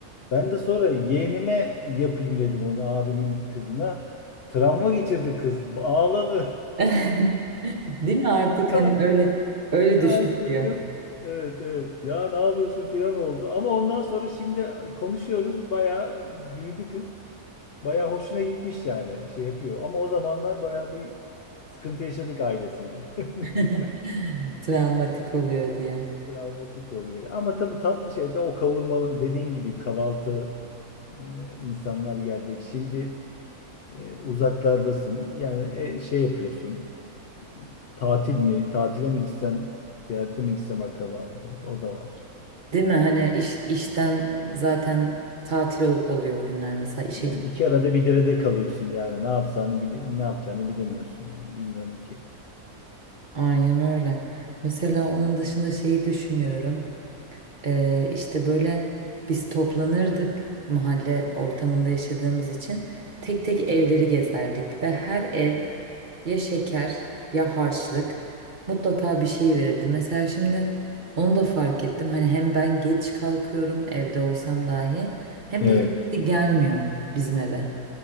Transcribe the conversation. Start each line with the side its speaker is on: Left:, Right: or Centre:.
Left: Ben de sonra yeğenime yapayım dedim onu abimin kızına. Travma geçirdi kız. Ağladı. <laughs>
Right: <laughs> Değil mi artık
Left: Kan,
Right: hani öyle öyle
Left: kan
Right: düşünülüyor.
Left: sürdüm. Evet evet. Ya ne yapıyorsun filan oldu. Ama ondan sonra şimdi konuşuyoruz. Bayağı büyüdü kız. Bayağı hoşuna gitmiş yani şey yapıyor. Ama o zamanlar bayağı bir sıkıntı yaşadık ailesiyle.
Right: <laughs>
Left: <laughs>
Right: Travmatik oluyor diye.
Left: Travmatik oluyor. Ama tabii tatlı şey de o kavurmanın dediğin gibi kahvaltı e, insanlar gelecek. Şimdi e, uzaklardasın. Yani e, şey yapıyorsun. Tatil mi? Tatile mi gitsem? Seyahate mi gitsem akrabaları? O da var.
Right: Değil mi? Hani iş, işten zaten tatil ol- oluyor o günler mesela işe
Left: Yani
Right: git.
Left: iki arada bir derede kalıyorsun yani. Ne yapacağını bile- ne yapacağını bilemiyorsun yani. Bilmiyorum ki.
Right: Aynen öyle. Mesela onun dışında şeyi düşünüyorum. Ee, işte böyle biz toplanırdık mahalle ortamında yaşadığımız için tek tek evleri gezerdik ve her ev ya şeker ya harçlık mutlaka bir şey verirdi. Mesela şimdi onu da fark ettim. Hani hem ben geç kalkıyorum evde olsam dahi hem
Left: Evet.
Right: de hiç gelmiyor bizim eve.